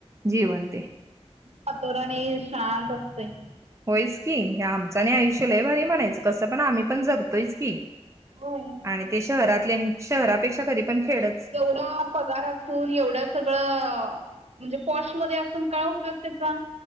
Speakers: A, on the right; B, on the right.
A: जीवन ते.
B: वातोरणी शांत असतंय.
A: होयच की हे आमचं आणि आयुष्य लई भारी म्हनायचं कसं पण आम्ही पण जगतोयच की.
B: होय
A: आणि ते शहरातले आणि शहरापेक्षा कधी पण खेडंच.
B: ढा पगार असून एवढं सगळं अ म्हणजे पॉशमध्ये असून काय उपयोग त्याचा?